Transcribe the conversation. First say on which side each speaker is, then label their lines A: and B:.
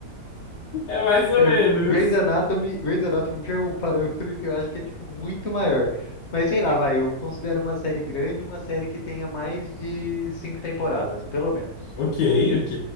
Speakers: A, on the left; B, on the left.
A: É mais ou
B: É,
A: menos.
B: o Grey's Anatomy, Grey's Anatomy já é um parâmetro que eu acho que é tipo muito maior. Mas sei lá, vai, eu considero uma série grande uma série que tenha mais de cinco temporadas, pelo menos.
A: Ok, ok.